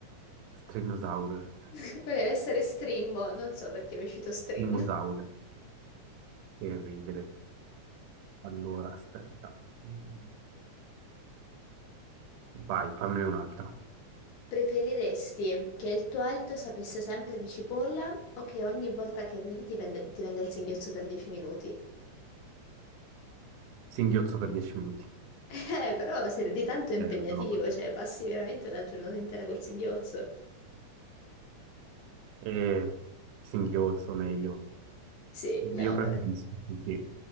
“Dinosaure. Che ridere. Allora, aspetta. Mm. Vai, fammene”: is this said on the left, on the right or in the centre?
Right